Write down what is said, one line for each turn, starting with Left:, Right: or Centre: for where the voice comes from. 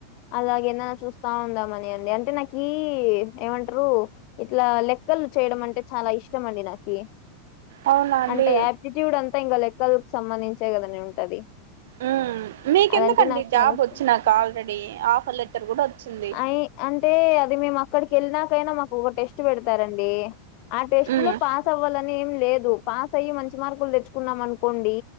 Left: అలాగేన్ననా చూస్తా ఉందామ అని అండి అంటే నాకు ఏమంటారు ఇట్లా లెక్కలు చేయడం అంటే చాలా ఇష్టం అండి నాకి
Right: అవునా అండి
Left: అంటే యాప్టిట్యూడ్ అంతా ఇంకా లెక్కలకి సంబంధించే కదండి ఉంటది
Right: మ్మ్ మీకెందుకండి
Left: అదంటే నాకు
Right: జాబ్
Left: చాలా ఇష్టం
Right: వచ్చినాక ఆల్రెడీ ఆఫర్ లెటర్ కూడా వచ్చింది
Left: అయి అంటే అది మేము అక్కడికి వెళ్ళినాకైనా మాకు ఒక టెస్ట్ పెడతారండి ఆ టెస్ట్
Right: మ్మ్
Left: లో పాస్ అవ్వాలని ఏం లేదు పాస్ అయి మంచి మార్కులు తెచ్చుకున్నాం అనుకోండి